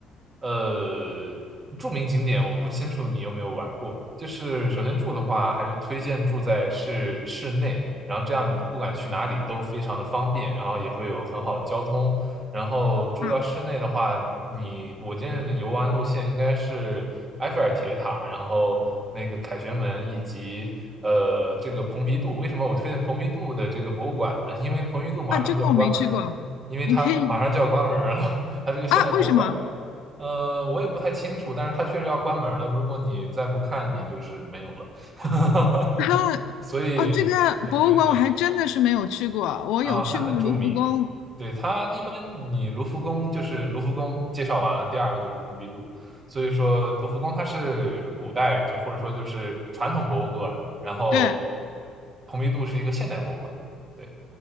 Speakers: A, on the right; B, on the left.
A: 呃，著名景点我不清楚你有没有玩过。就是首先住的话，还是推荐住在市市内，然后这样你不管去哪里都非常的方便，然后也会有很好的交通。然后住到室内的话，
B: 嗯
A: 你我建议的游玩路线应该是埃菲尔铁塔，然后那个凯旋门以及呃这个蓬皮杜。为什么我推荐蓬皮杜的这个博物馆呢？因为蓬皮杜马上就要关门儿，
B: 啊，这个我没去过，
A: 因为它马上就要关门儿了，
B: 你可以
A: <laughs> 它这个现代博物馆。
B: 啊？为什么？
A: 呃，我也不太清楚，但是它确实要关门儿了。如果你再不看，你就是没有了，<laughs>
B: 啊
A: 所以很推荐。
B: 哦，这个博物馆我还真的是没有去过，我有去过卢浮宫，
A: 啊，它很著名。对，它一般你卢浮宫就是卢浮宫介绍完了，第二个就是蓬皮杜。所以说卢浮宫它是古代就或者说就是传统博物馆，然后呃
B: 对，
A: 蓬皮杜是一个现代博物馆。对，